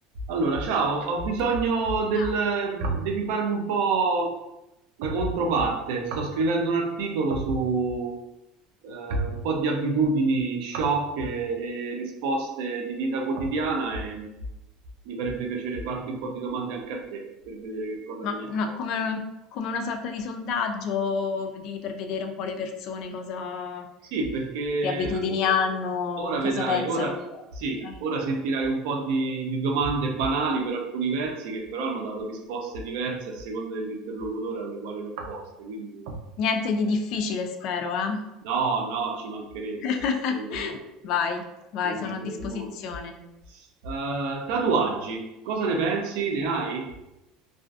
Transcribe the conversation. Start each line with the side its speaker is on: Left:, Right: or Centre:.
Right: Allora, ciao, ho bisogno del...
Left: Wow.
Right: devi farmi un po' la controparte. Sto scrivendo un articolo su eh, un po' di abitudini sciocche e risposte di vita quotidiana e mi farebbe piacere farti un po' di domande anche a te per vedere che cosa
Left: Ma
Right: ne viene
Left: una-
Right: fuori.
Left: come, come una sorta di sondaggio di- per vedere un po' le persone cosa,
Right: Sì, perché
Left: che abitudini hanno,
Right: ora vedrai,
Left: cosa pensano.
Right: ora,
Left: di-
Right: sì,
Left: Ok.
Right: ora sentirai un po' di, di domande banali per alcuni versi che però hanno dato risposte diverse a seconda dell'interlocutore alle quali le ho poste. Quindi
Left: Niente di difficile, spero, eh?
Right: no, no, ci mancherebbe
Left: <laughs>
Right: assolutamente.
Left: Vai, vai,
Right: Gli equilibri
Left: sono a disposizione.
Right: del mondo. Eh, tatuaggi, cosa ne pensi? Ne hai?